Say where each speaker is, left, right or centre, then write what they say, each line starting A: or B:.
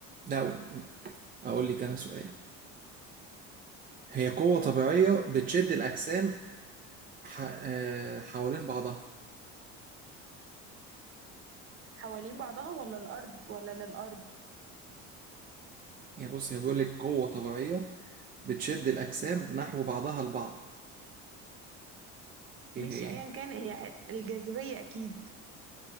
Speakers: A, on the right; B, on the right.
A: لا أقول لك أنا سؤال هي قوة طبيعية بتشد الأجسام ح... آه، حوالين بعضها
B: حوالين بعضها ولا الارض ولا للارض
A: يعني بص هي بيقول لك قوة طبيعية بتشد الأجسام نحو بعضها البعض إيه
B: ماشي
A: هي؟
B: ايا كان هي الجاذبية اكيد